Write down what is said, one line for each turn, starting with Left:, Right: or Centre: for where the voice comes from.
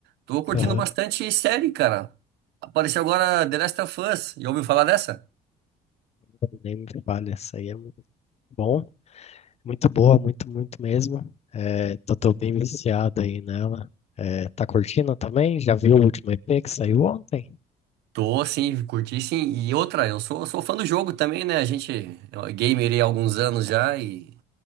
Right: Tô curtindo
Left: Aham.
Right: bastante série, cara. Apareceu agora The Last of Us. Já ouviu falar dessa?
Left: Nem me fale, essa aí é muito bom. Muito boa, muito, muito mesmo. É, tô, tô bem viciado aí nela. É, tá curtindo também? Já viu o último EP que saiu ontem?
Right: Tô, sim, curti sim. E outra, eu sou, sou fã do jogo também, né? A gente é gamer aí há alguns anos já e